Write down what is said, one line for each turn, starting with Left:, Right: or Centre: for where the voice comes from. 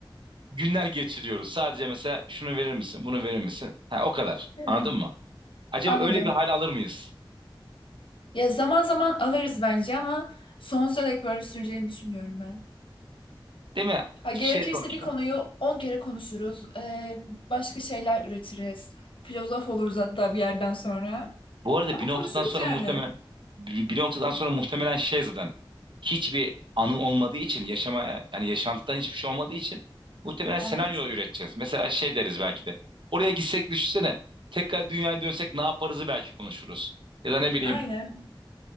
Right: günler geçiriyoruz. Sadece mesela şunu verir misin, bunu verir misin? Ha, o kadar.
Left: Hmm.
Right: Anladın mı? Acaba
Left: Anladım.
Right: öyle bir hal alır mıyız?
Left: Ya zaman zaman alırız bence ama sonsuza dek böyle süreceğini düşünmüyorum ben.
Right: Değil mi?
Left: Ha, gerekirse
Right: Şey sonuçta.
Left: bir konuyu 10 kere konuşuruz. Ee, başka şeyler üretiriz. Filozof oluruz hatta bir yerden sonra.
Right: Bu arada
Left: Ama
Right: bir noktadan
Left: konuşuruz
Right: sonra
Left: yani.
Right: muhtemelen bir bir noktadan sonra muhtemelen şey zaten hiçbir anı olmadığı için yaşama yani yaşantıdan hiçbir şey olmadığı için muhtemelen
Left: Evet.
Right: senaryo üreteceğiz. Mesela şey deriz belki de. Oraya gitsek düşünsene. Tekrar dünyaya dönsek ne yaparızı belki konuşuruz. Ya da ne bileyim
Left: Aynen.